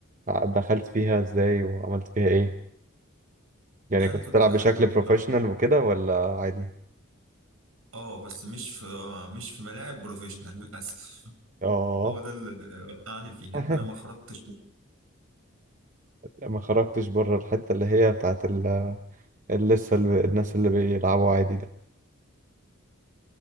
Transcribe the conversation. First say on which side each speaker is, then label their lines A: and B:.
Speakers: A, on the right; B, on the right.
A: دخلت فيها ازاي وعملت فيها ايه يعني
B: يعني
A: كنت
B: كنت
A: بتلعب
B: بحبها
A: بشكل بروفيشنال وكده ولا عادي
B: اه بس مش في آه، مش في ملاعب بروفيشنال <laughs> للاسف
A: اه
B: هو ده اللي وقعني فيها
A: <laughs>
B: ان انا ما خرجتش
A: لا، ما خرجتش بره الحتة اللي هي بتاعت ال اللي لسه ال- الناس اللي بيلعبوا عادي ده